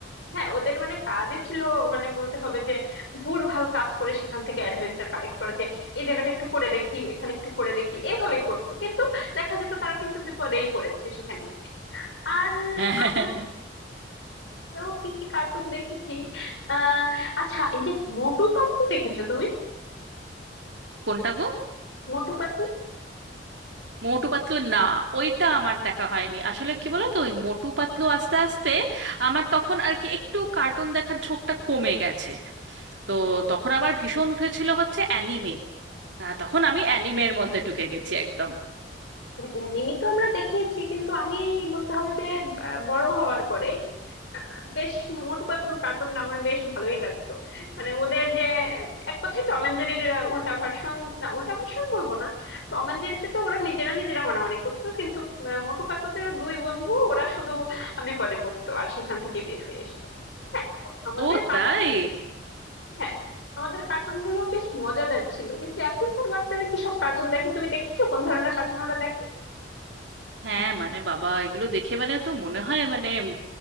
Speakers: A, on the left (about 85°); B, on the right (about 75°).
A: হ্যাঁ, ওদের মানে কাজই ছিল মানে বলতে হবে যে ভুল ভাল কাজ করে সেখান থেকে অ্যাডভেঞ্চার কালেক্ট করে যে এই জায়গাটা একটু করে দেখি ওইখানে একটু করে দেখি এভাবেই করতো কিন্তু দেখা যেত তারা কিন্তু বিপদেই পড়েছে সেখানে গিয়ে আর
B: হ্যাঁ হ্যাঁ,
A: আমরা
B: হ্যাঁ, হ্যাঁ।
A: আরো কি কি কার্টুন দেখেছি আহ আচ্ছা এই যে মোটু পাতলু দেখেছো তুমি
B: কোনটা গো
A: মোটু পাতলু
B: মোটু পাতলু না ওইটা আমার দেখা হয়নি আসলে কি বলতো ওই মোটু পাতলু আস্তে আস্তে আমার তখন আর কি একটু কার্টুন দেখার ঝোঁকটা কমে গেছে তো তখন আবার ভীষণ উঠেছিল হচ্ছে অ্যানিমে তখন আমি অ্যানিমের মধ্যে ঢুকে গেছি একদম
A: অ্যানিমি তো আমরা দেখেইছি কিন্তু আমি এই বলতে হবে যে আহ, বড় হওয়ার পরে বেশ মোটু পাতলু কার্টুন আমার বেশ ভালোই লাগতো মানে ওদের যে আহ, এক কথায় টম এন্ড জেরির উল্টা ভার্সন না উল্টা ভার্সন বলবো না টম এন্ড জেরিতে তো ওরা নিজেরা নিজেরা মারামারি করতো কিন্তু আহ, মোটু পাতলুতে ওরা দুই বন্ধু ওরা শুধু বিপদে পড়তো আর সেখান থেকে বের হয়ে আসতো হ্যাঁ আমাদের
B: ও
A: কার্টুন
B: তাই
A: হ্যাঁ আমাদের কার্টুন গুলো বেশ মজাদার ছিল কিন্তু এখনকার বাচ্চারা কি সব কার্টুন দেখে তুমি দেখেছো কোন ধরনের কার্টুন ওরা দেখে
B: হ্যাঁ মানে বাবা এগুলো দেখে মানে তো মনে হয় মানে উম,